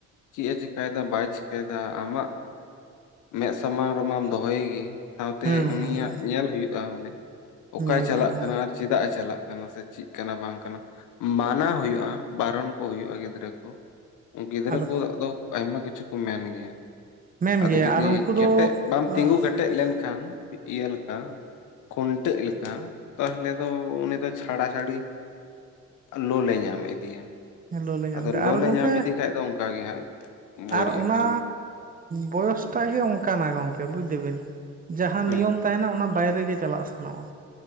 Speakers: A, on the left; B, on the right.
A: ᱪᱮᱫ ᱮ ᱪᱤᱠᱟᱭᱮᱫᱟ ᱵᱟᱭ ᱪᱤᱠᱟᱹᱭᱮᱫᱟ ᱟᱢᱟᱜ ᱢᱮᱫ ᱥᱟᱢᱟᱝ ᱨᱮᱢᱟᱢ ᱫᱚᱦᱚᱭᱮᱜᱮ ᱥᱟᱶᱛᱮ
B: ᱦᱩᱸ ᱦᱩᱸ
A: ᱩᱱᱤᱭᱟᱜ
B: ᱦᱩᱸ ᱦᱩᱸ
A: ᱧᱮᱞ ᱦᱩᱭᱩᱜᱼᱟ ᱵᱚᱞᱮ ᱚᱠᱟᱭ
B: ᱧᱮᱞ
A: ᱪᱟᱞᱟᱜ
B: ᱦᱩᱭᱩᱜᱼᱟ ᱦᱮᱸ
A: ᱠᱟᱱᱟ ᱟᱨ ᱪᱮᱫᱟᱜ ᱮ ᱪᱟᱞᱟᱜ ᱠᱟᱱᱟ ᱢᱟᱥᱮ ᱪᱮᱫ ᱠᱟᱱᱟ ᱵᱟᱝ ᱠᱟᱱᱟ ᱢᱟᱱᱟᱣ ᱦᱩᱭᱩᱜᱼᱟ ᱵᱟᱨᱚᱱ ᱠᱚ ᱦᱩᱭᱩᱜᱼᱟ ᱜᱤᱫᱽᱨᱟᱹ ᱠᱚ ᱜᱤᱫᱽᱨᱟᱹ
B: ᱟᱫᱚ
A: ᱠᱚᱣᱟᱜ ᱫᱚ ᱟᱭᱢᱟ ᱠᱤᱪᱷᱩ ᱠᱚ ᱢᱮᱱ ᱜᱮᱭᱟ
B: ᱢᱮᱱ
A: ᱟᱫᱚ
B: ᱜᱮᱭᱟ
A: ᱡᱩᱫᱤ
B: ᱟᱨ ᱩᱱᱠᱩ
A: ᱠᱮᱴᱮᱡ
B: ᱫᱚ
A: ᱵᱟᱢ
B: ᱦᱩᱸ
A: ᱛᱤᱸᱜᱩ ᱠᱮᱴᱮᱡ ᱞᱮᱱᱠᱷᱟᱱ ᱤᱭᱟᱹ ᱞᱮᱠᱟ ᱠᱷᱩᱱᱴᱟᱹᱜ ᱞᱮᱠᱟ ᱛᱟᱦᱚᱞᱮ ᱫᱚ ᱩᱱᱤ ᱫᱚ ᱪᱷᱟᱲᱟ ᱪᱷᱟᱹᱲᱤ ᱞᱚᱞ ᱮ ᱧᱟᱢ ᱤᱫᱤᱭᱟ
B: ᱦᱩᱸ ᱞᱚᱞᱮ ᱧᱟᱢ
A: ᱟᱫᱚ
B: ᱮᱫᱟ
A: ᱞᱳᱞ
B: ᱟᱨ ᱜᱚᱝᱠᱮ
A: ᱮ ᱧᱟᱢ ᱤᱫᱤ ᱠᱷᱟᱡ ᱫᱚ ᱚᱱᱠᱟ ᱜᱮ ᱦᱟᱸᱜ ᱵᱟᱹᱲᱤᱡ
B: ᱟᱨ
A: ᱮ
B: ᱚᱱᱟ
A: ᱠᱟᱹᱢᱤᱭᱟ
B: ᱵᱚᱭᱚᱥᱴᱟᱜ ᱜᱮ ᱚᱱᱠᱟᱱᱟ ᱜᱚᱢᱠᱮ ᱵᱩᱡ ᱫᱟᱵᱤᱱ ᱡᱟᱦᱟᱸ
A: ᱦᱮᱸ
B: ᱱᱤᱭᱚᱢ ᱛᱟᱦᱮᱱᱟ ᱚᱱᱟ ᱵᱟᱭᱨᱮᱜ ᱜᱮ ᱪᱟᱞᱟᱜ ᱥᱟᱱᱟᱣᱟ